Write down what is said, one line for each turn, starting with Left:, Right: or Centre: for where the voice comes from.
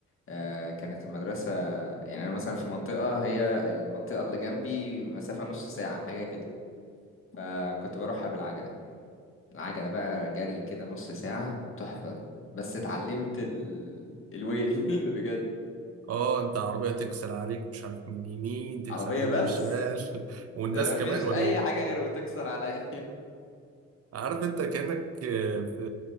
Left: آه، كانت المدرسه يعني انا مثلا في منطقه هي المنطقه اللي جنبي مسافه نص ساعه حاجه كده فكنت بروحها بالعجله العجله بقى جري كده نص ساعه تحفه بس اتعلمت ال... الويل <laughs> بجد
Right: اه انت عربية تكسر عليك مش عارف من اليمين تكسر
Left: عربيه
Right: عليك
Left: بس
Right: من الشمال <laughs> والناس
Left: ده مفيش
Right: كمان ولا
Left: اي
Right: ايه
Left: حاجه غير بتكسر عليا
Right: عارف انت كأنك آه، في